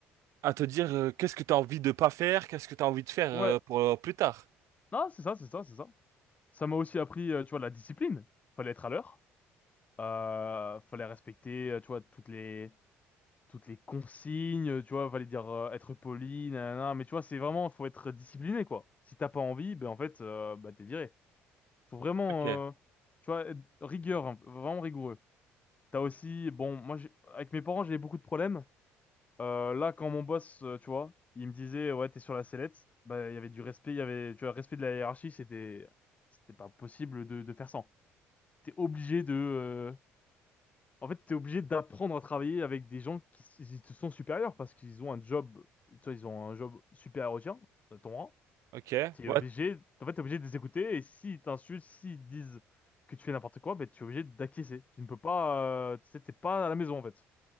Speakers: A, on the right; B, on the left.
A: à te dire euh, qu'est-ce que t'as envie de pas faire, qu'est-ce que t'as envie de faire euh,
B: Ouais,
A: pour euh, plus tard.
B: non, c'est ça, c'est ça, c'est ça. Ça m'a aussi appris, euh, tu vois, la discipline. Fallait être à l'heure, euh, fallait respecter, euh, tu vois, toutes les toutes les consignes, tu vois, fallait dire euh, être poli, nanana, mais tu vois, c'est vraiment, faut être discipliné, quoi. Si t'as pas envie, ben en fait, euh, bah t'es viré. Faut vraiment,
A: Ok.
B: euh, tu vois, être rigueur, hein, vraiment rigoureux. T'as aussi, bon, moi, j'ai- avec mes parents, j'avais beaucoup de problèmes. Euh, là, quand mon boss, euh, tu vois, il me disait, ouais, t'es sur la sellette, bah, il y avait du respect, il y avait, tu vois, le respect de la hiérarchie, c'était, c'était pas possible de, de faire sans. T'es obligé de, euh, en fait, t'es obligé d'apprendre à travailler avec des gens qui, s- ils te sont supérieurs parce qu'ils ont un job, tu vois, ils ont un job supérieur au tien, à ton rang.
A: Ok.
B: T'es
A: Ouais.
B: obligé, en fait, t'es obligé de les écouter et s'ils t'insultent, s'ils disent que tu fais n'importe quoi, ben, tu es obligé d'acquiescer. Tu ne peux pas, euh, tu sais, t'es pas à la maison, en fait.